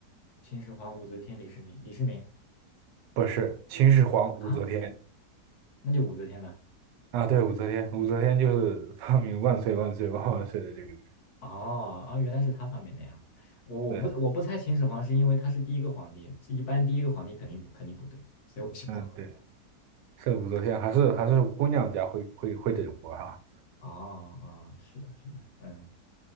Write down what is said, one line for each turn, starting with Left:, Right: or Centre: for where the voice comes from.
Left: 秦始皇、武则天、李世民、李世民
Right: 不是，秦始皇、武则天
Left: 啊，那就武则天了。
Right: 啊，对，武则天，武则天就是发明万岁万岁万万岁的这个人，
Left: 哦啊，原来是他发明的呀！我我不我不猜秦始皇是因为他是第一个皇帝，
Right: 对，
Left: 是一般第一个皇帝肯定不肯定不对，所以我是往后。
Right: 嗯，对。是武则天，还是还是姑娘家会会会整活哈。
Left: 哦哦，是的，是的，嗯，